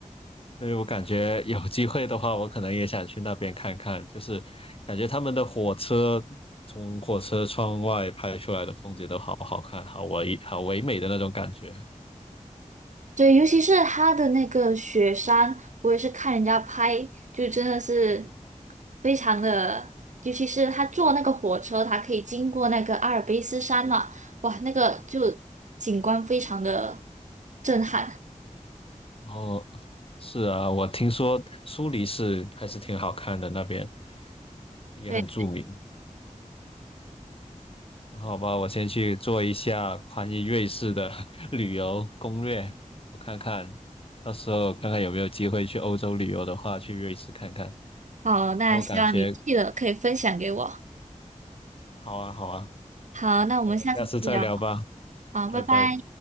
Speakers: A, on the left (about 45°); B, on the right (about 65°).
A: 所以我感觉有机会的话，我可能也想去那边看看，就是感觉他们的火车从火车窗外拍出来的风景都好好看，好唯好唯美的那种感觉。
B: 对，尤其是它的那个雪山，我也是看人家拍，就真的是非常的，尤其是他坐那个火车，它可以经过那个阿尔卑斯山嘛，哇，那个就景观非常的震撼。
A: 哦，是啊，我听说苏黎世还是挺好看的，那边也很著名。
B: 对，
A: 好吧，我先去做一下关于瑞士的 <laughs> 旅游攻略，我看看，到时候看看有没有机会去欧洲旅游的话，去瑞士看看。
B: 好，那希望你去了可以分享给我。
A: 然后感觉好啊，好啊，
B: 好，那我们下次再聊。
A: 那我们下次再聊吧，
B: 好，
A: 拜拜。
B: 拜拜。